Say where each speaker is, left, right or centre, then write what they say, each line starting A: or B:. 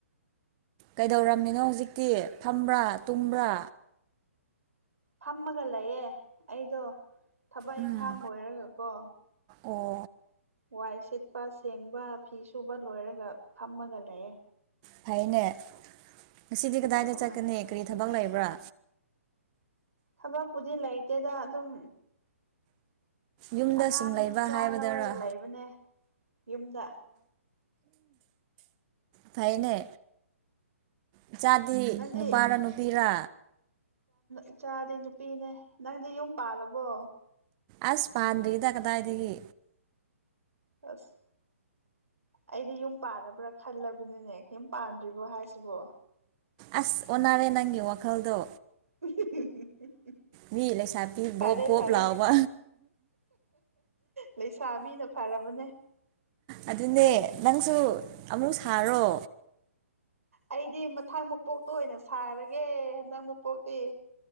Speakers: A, on the right; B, on the right.
A: ꯀꯩꯗꯧꯔꯝꯃꯤꯅꯣ ꯍꯧꯖꯤꯛꯇꯤ ꯐꯝꯕ꯭ꯔꯥ ꯇꯨꯝꯕ꯭ꯔꯥ
B: ꯊꯝꯃꯒ ꯂꯩꯑꯦ ꯑꯩꯗꯣ ꯊꯕꯛ
A: ꯎꯝ
B: ꯏꯪꯈꯥꯡ ꯂꯣꯏꯔꯒꯀꯣ
A: ꯑꯣ
B: ꯋꯥꯏ ꯁꯤꯠꯄ ꯁꯦꯡꯕ ꯐꯤ ꯁꯨꯕ ꯂꯣꯏꯔꯒ ꯐꯝꯃꯒ ꯂꯩꯑꯦ
A: ꯐꯩꯅꯦ ꯉꯁꯤꯗꯤ ꯀꯗꯥꯏꯗ
B: ꯑꯣ
A: ꯆꯠꯀꯅꯤ ꯀꯔꯤ ꯊꯕꯛ ꯂꯩꯕ꯭ꯔꯥ
B: ꯊꯕꯛꯄꯨꯗꯤ ꯂꯩꯇꯦꯗ ꯑꯗꯨꯝ
A: ꯌꯨꯝꯗ
B: ꯑꯉꯥꯡ
A: ꯁꯨꯝ ꯂꯩꯕ
B: ꯏꯆꯥ
A: ꯍꯥꯏꯕꯗꯔ
B: ꯂꯧꯔꯒ ꯂꯩꯕꯅꯦ ꯌꯨꯝꯗ
A: ꯐꯥꯏꯅꯦ ꯏꯆꯥꯗꯤ
B: ꯅꯪꯗꯤ
A: ꯅꯨꯄꯥꯔ ꯅꯨꯄꯤꯔ
B: ꯏꯆꯥꯗꯤ ꯅꯨꯄꯤꯅꯦ ꯅꯪꯗꯤ ꯌꯨꯝ ꯄꯥꯜꯂꯕꯣ
A: ꯑꯁ ꯄꯥꯟꯗ꯭ꯔꯤꯦꯗ ꯀꯗꯥꯏꯗꯒꯤ
B: ꯑꯁ ꯑꯩꯗꯤ ꯌꯨꯝ ꯄꯥꯜꯕ꯭ꯔꯥ ꯈꯜꯂꯕꯅꯤꯅꯦ ꯌꯨꯝ ꯄꯥꯟꯗ꯭ꯔꯤꯕꯣ ꯍꯥꯏꯁꯤꯕꯣ
A: ꯑꯁ ꯑꯣꯟꯅꯔꯦ ꯅꯪꯒꯤ ꯋꯥꯈꯜꯗꯣ
B: <inaudible>
A: ꯃꯤ ꯂꯩ ꯁꯥꯄꯤ
B: ꯐꯔꯦ
A: ꯣꯞ
B: ꯐꯔꯦ
A: ꯣꯞ ꯂꯥꯎꯕ
B: ꯂꯩꯁꯥꯕꯤꯅ ꯐꯔꯕꯅꯦ
A: ꯑꯗꯨꯅꯦ ꯅꯪꯁꯨ ꯑꯃꯨꯛ ꯁꯥꯔꯣ
B: ꯑꯩꯗꯤ ꯃꯊꯪ ꯃꯄꯣꯛꯇ ꯑꯣꯏꯅ ꯁꯥꯔꯒꯦ ꯍꯟꯗꯛ ꯃꯄꯣꯛꯇꯤ